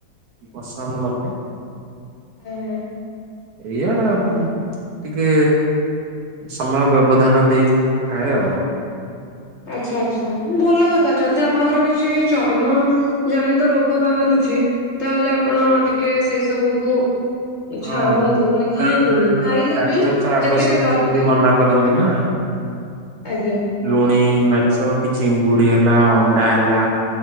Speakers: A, on the right; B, on the left.
A: ବସନ୍ତ ମତେ
B: ହୁଁ ହୁଁ।
A: ଏଇଆ ଟିକେ ସମୟ ବ୍ୟବଧାନ ଦେଇକି ମୁଁ ଖାଏ ତ।
B: ଆଚ୍ଛା ଆଚ୍ଛା ଭଲ କଥା ଯଦି ଆପଣଙ୍କର କିଛି ଚର୍ମ ଜନିତ ରୋଗ ବାହାରୁଚି ତାହେଲେ ଆପଣ ଟିକେ ସେଇ ସବୁକୁ
A: ହଁ
B: ଛାଡନ୍ତୁ ମାନେ
A: କାହିଁକି
B: ଖାଆନ୍ତୁନି
A: ନା
B: ଖାଇଲେ
A: ଡାକ୍ତର
B: ବି
A: ତ ଆଗ
B: ଯେତିକି
A: ସେଇଟାକୁ
B: ଦରକାର
A: ବି ମନା କରନ୍ତି ନା
B: ଆଜ୍ଞା।
A: ଲୁଣି ମାଛ କି ଚଙ୍ଗୁଡି ହେଲା ଅଣ୍ଡା ହେଲା।